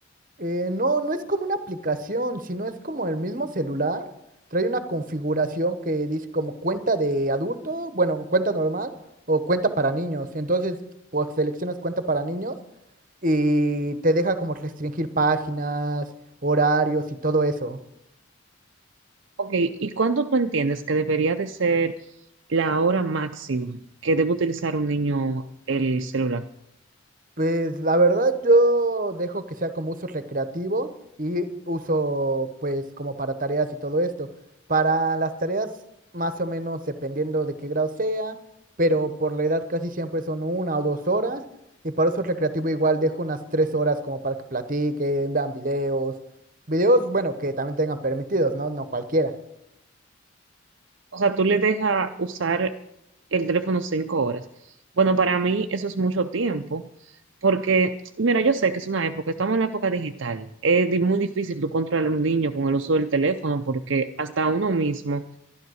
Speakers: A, on the right (about 40°); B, on the right (about 65°).
A: Eh, no, no es como una aplicación, sino es como el mismo celular. Trae una configuración que dice como cuenta de adulto, bueno, cuenta normal o cuenta para niños. Entonces, pues seleccionas cuenta para niños y te deja como restringir páginas, horarios y todo eso.
B: Ok, ¿y cuánto tú entiendes que debería de ser la hora máxima que debe utilizar un niño el celular?
A: Pues la verdad yo dejo que sea como uso recreativo y uso pues como para tareas y todo esto. Para las tareas más o menos dependiendo de qué grado sea, pero por la edad casi siempre son una o dos horas. Y para uso recreativo igual dejo unas tres horas como para que platiquen, vean videos. Videos, bueno, que también tengan permitidos, ¿no? No cualquiera.
B: O sea, tú le dejas usar el teléfono cinco horas. Bueno, para mí eso es mucho tiempo, porque, mira, yo sé que es una época, estamos en la época digital. Es di- muy difícil tú controlar a un niño con el uso del teléfono, porque hasta uno mismo,